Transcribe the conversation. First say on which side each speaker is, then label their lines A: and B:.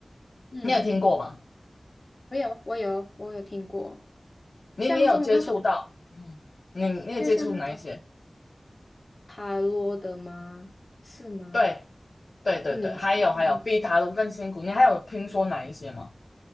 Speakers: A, on the left; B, on the left.
A: 嗯，嗯
B: 你有听过吗？
A: 我有我有我有听过，
B: 你你有接触到？
A: 像这种那种，
B: 嗯，你你有接触哪一些？
A: 就像那种塔罗的吗？是吗？
B: 对，对对对，
A: 嗯嗯嗯，
B: 还有还有，比塔卢更辛苦。你还有听说哪一些吗？